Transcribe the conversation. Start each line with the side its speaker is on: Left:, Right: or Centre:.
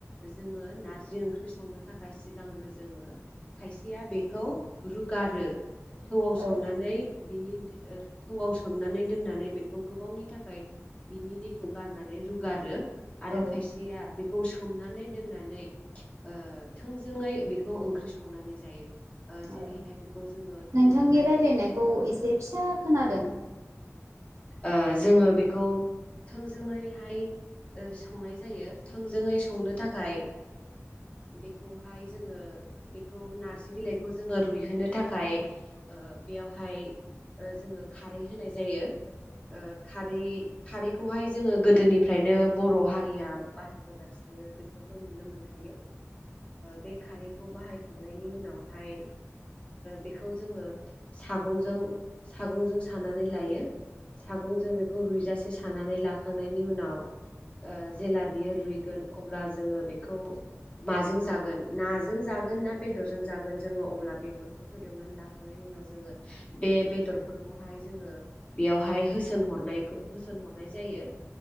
Left: जोङो नारजि ओंख्रि ख्रि संनो थाखाय सिगांग्रो जोङो खाइसेया बेखौ रुगारो थौआव सोमनानै
Right: औ
Left: बिनि थौआव सोमनानै दोननानै बेखौ गोबावनि थाखाय बिनि दैखौ गारनानै रुगारो आरो
Right: औ
Left: खायसेया बेखौ सोमनानै दोननानै ओ थोंजोङै बेखौ ओंख्रि संनानै जायो ओ
Right: औ
Left: जेरैहाय बेखौ जोङो थौआवहाय
Right: नोंथांनि रायलायनायखौ एसे फिसा खोनादों
Left: ओ जोङो बेखौ थोंजोङैहाय ओ संनाय जायो थोंजोङै संनो थाखाय बेखौहाय जोङो बेखौ नारजि बिलाइखौ जोङो रुइहोनो थाखाय बेयावहाय जोङो खारै होनाय जायो
Right: <inaudible>
Left: ओ खारै खारैखौहाय जोङो गोदोनिफ्रायनो बर' हारिया बाहायबोगासिनो बेखौथ' नुनो मोनखायो बे खारैखौ बाहायखांनायनि उनावहाय बेखौ जोङो सागंजों सागंजों सानानै लायो सागंजों बेखौ रुइजासे सानानै लाखांनायनि उनाव जेला बियो रुइगोन अब्ला जोङो बेखौ माजों जागोन नाजों जागोन ना बेदरजों जागोन जोङो अब्ला बेदरफोरखौ एवनानै लाखांनायनि न उनाव जोङो बे बेदरफोरखौहाय जोङो बेयावहाय होसोनहरनायखौ होसोनहरनाय जायो